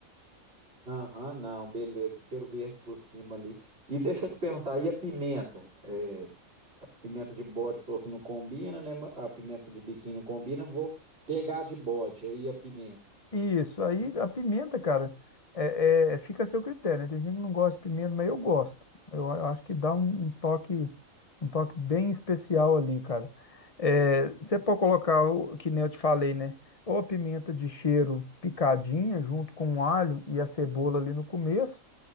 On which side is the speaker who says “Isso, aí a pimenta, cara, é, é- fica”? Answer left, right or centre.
Left